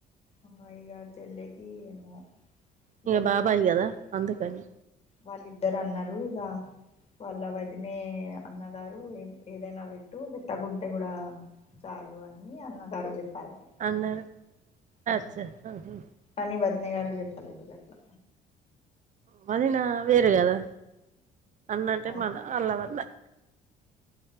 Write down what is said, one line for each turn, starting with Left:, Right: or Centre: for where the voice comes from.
Left: ఆ ఇగ తెల్లగి ఏమో
Right: ఇంగ
Left: డబ్బులు
Right: బాబాయి
Left: ఇవ్వండి
Right: కదా అందుకని
Left: వాళ్ళిద్దరు అన్నారు ఇగ వాళ్ళ వదినే అన్నగారు ఏదైనా పెట్టు పెట్టకుంటే కూడా చాలు అని అన్నగారు చెప్ పారట
Right: అన్నారు.
Left: మ్మ్
Right: అచ్చా! ఆహా!
Left: కానీ వదనే గారు చెప్పలేదు గట్లా
Right: మళ్ళీ నా వేరు కదా అన్న అంటే
Left: అవును
Right: మన అల్లవన్న